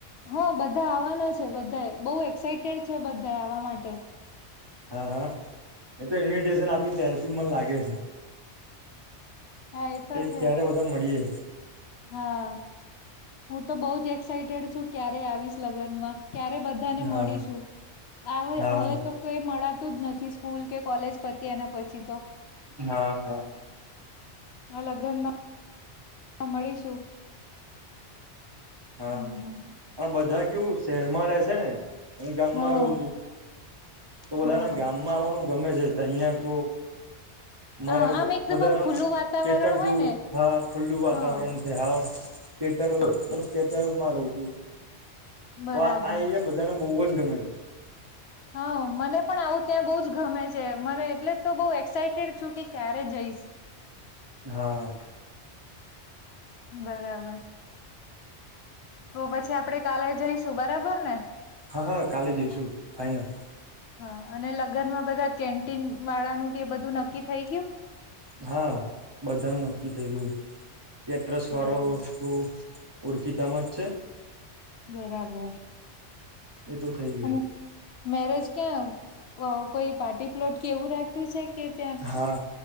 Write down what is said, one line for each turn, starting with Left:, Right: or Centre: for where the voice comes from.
Left: હા બધા આવવાના છે બધા બહુ એક્સાઈટેડ છે બધા આવા માટે
Right: હા હા એ તો ઇન્વિટેશન આપ્યું ત્ય્યારેથી મને લાગે છે
Left: હા એ તો
Right: કે
Left: છે
Right: ક્યારે બધા મળીએ
Left: હા હું તો બહુજ એક્સાઈટેડ છું ક્યારે આવીશ લગ્ન માં ક્યારે બધાને
Right: હા
Left: મળીશું આવે
Right: હા
Left: હવે તો કોઈ મળે તું જ નથી સ્કૂલ કે કોલેજ પતી એના પછી તો
Right: હા હા
Left: આ લગ્નમાં મળીશું
Right: હા
Left: હમ, હમ.
Right: આ બધા કેવું શહેરમાં રહેશે ને હું ગામમાં
Left: હા
Right: રહું છું તો બધાને
Left: હા
Right: ગામમાં આવવાનું ગમે છે તહિયાં તો મારે
Left: હા આમ એકદમ
Right: વધારેામાં
Left: આમ ખુલ્લું વાતાવરણ
Right: ખેતર
Left: હોય
Right: જેવું
Left: ને
Right: હા ખુલ્લું વાતાવરણ
Left: હા
Right: છે હા ખેતર ખેતરમાં રહું છું
Left: બરાબર
Right: તો આ આ એરિયા બધાના બહુ જ ગમે
Left: હા મને પણ આવું ત્યાં બહુ જ ગમે છે મને એટલે તો બહુ એક્સાઈટેડ છું કે ક્યારે જઈશ
Right: હા
Left: બરાબર તો પછી આપડે કાલે જઈશું બરાબર ને
Right: હા હા કાલે જઈશું ફાઈનલ
Left: હા અને લગ્નમાં બધા કેન્ટીન વાળાનું કે બધું નક્કી થઈ ગયું
Right: હા બધાનું નક્કી થઈ ગયું કેટ્સ વાળો
Left: બરાબર
Right: શ ઉડકીતામ જ છે
Left: બરાબર
Right: એતો થઈ ગઈ
Left: અને મેરેજ ક્યાં કોઈ પાર્ટી પ્લોટ કે એવું રાખ્યું છે. કે ત્યાં
Right: હા